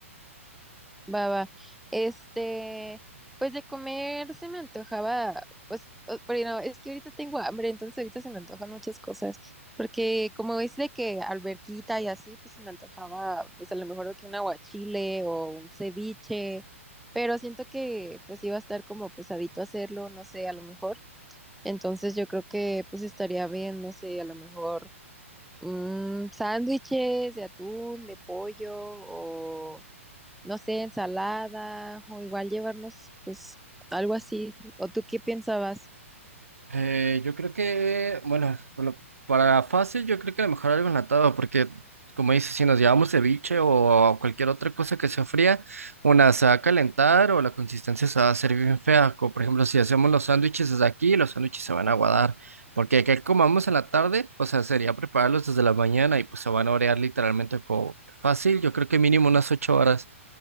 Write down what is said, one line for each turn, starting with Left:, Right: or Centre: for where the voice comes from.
Centre: Va, va. Este, pues de comer se me antojaba, pues, o- pero no, es que ahorita tengo hambre, entonces ahorita se me antojan muchas cosas, porque como es de que alberquita y así, pues se me antojaba, pues a lo mejor de que un aguachile o un ceviche, pero siento que pues iba a estar como pesadito hacerlo, no sé, a lo mejor. Entonces yo creo que pues estaría bien, no sé, a lo mejor mm, sándwiches de atún, de pollo o no sé, ensalada o igual llevarnos pues algo así. ¿O tú qué pensabas?
Right: Eh, yo creo que, bueno, bueno, para fácil, yo creo que a lo mejor algo enlatado, porque como dices, si nos llevamos ceviche o cualquier otra cosa que se fría, una se va a calentar o la consistencia se va a hacer bien fea. Como por ejemplo, si hacemos los sándwiches desde aquí, los sándwiches se van a aguadar, porque que comamos en la tarde, o sea, sería prepararlos desde la mañana y pues se van a orear literalmente como fácil, yo creo que mínimo unas ocho horas.